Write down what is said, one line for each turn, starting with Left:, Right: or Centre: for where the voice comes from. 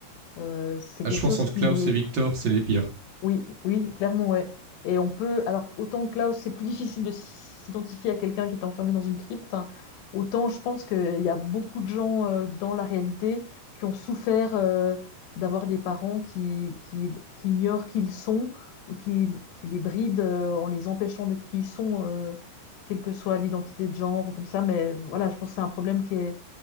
Left: euh, c'est
Right: Ah,
Left: quelque
Right: je pense
Left: chose
Right: entre
Left: qui,
Right: Klaus et Victor, c'est les pires.
Left: Oui, oui, clairement, ouais. Et on peut, alors autant que là, c'est plus difficile de s'identifier à quelqu'un qui est enfermé dans une crypte, hein, autant je pense qu'il y a beaucoup de gens euh, dans la réalité qui ont souffert euh, d'avoir des parents qui, qui, qui ignorent qui ils sont ou qui, qui les brident euh, en les empêchant d'être qui ils sont, euh, quelle que soit l'identité de genre ou comme ça. Mais voilà, je pense que c'est un problème qui est,